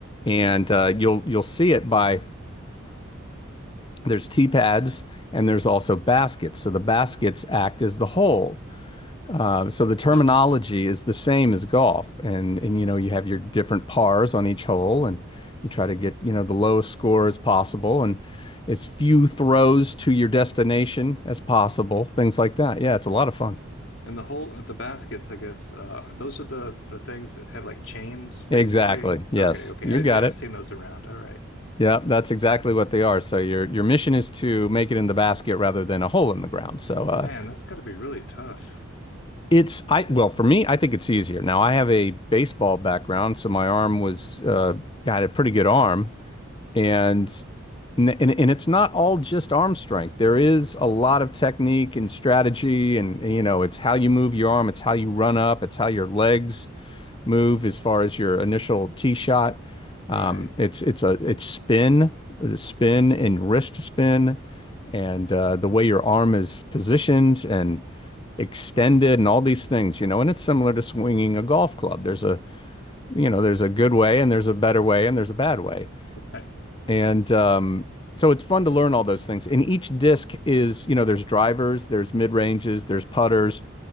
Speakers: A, on the left; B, on the left.
A: And
B: Hmm.
A: uh, you'll you'll see it by there's tee pads and there's also baskets. So the baskets act as the hole. Uh, so the terminology
B: Those
A: is the same as golf, and and you know you have your different pars on each hole, and you try to get you know the lowest score as possible, and as few throws to your destination as possible, things like that. Yeah, it's a lot of fun.
B: and the whole the baskets, I guess. Uh, those are the the things that have like chains, basically.
A: Exactly. Yes,
B: Okay. Okay.
A: you
B: I,
A: got
B: yeah,
A: it.
B: I've seen those around. All right.
A: Yeah, that's exactly what they are. So your your mission is to make it in the basket rather than a hole in the ground. So uh,
B: Man, that's got to be really tough.
A: It's I well for me, I think it's easier. Now I have a baseball background, so my arm was uh, I had a pretty good arm, and and and it's not all just arm strength. There is a lot of technique and strategy, and you know, it's how you move your arm, it's how you run up, it's how your legs move as far as your initial tee shot.
B: Right.
A: Um, it's it's a it's spin, uh, spin and wrist spin, and uh, the way your arm is positioned and extended and all these things, you know. And it's similar to swinging a golf club. There's a you know there's a good way and there's a better way and there's a bad way.
B: Okay.
A: And um, so it's fun to learn all those things. And each disc is you know there's drivers, there's mid ranges, there's putters